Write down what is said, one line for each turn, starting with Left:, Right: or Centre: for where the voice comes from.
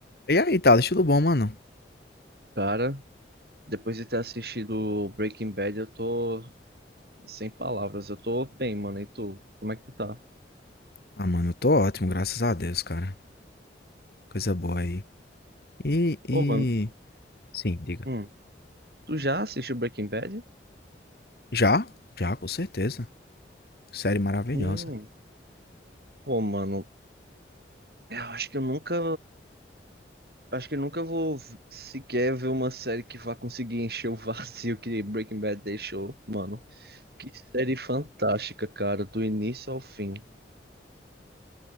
Left: E aí, Thales, tudo bom, mano?
Right: Cara, depois de ter assistido Breaking Bad, eu tô sem palavras. Eu tô bem, mano. E tu? Como é que tu tá?
Left: Ah, mano, eu tô ótimo, graças a Deus, cara. Coisa boa aí. E, e...
Right: Pô, mano,
Left: Sim, diga.
Right: hum, tu já assistiu Breaking Bad?
Left: Já? Já, com certeza. Série maravilhosa.
Right: Hum, pô, mano, é, eu acho que eu nunca, acho que eu nunca vou v- sequer ver uma série que vá conseguir encher o vazio que Breaking Bad deixou, mano. Que série fantástica, cara, do início ao fim.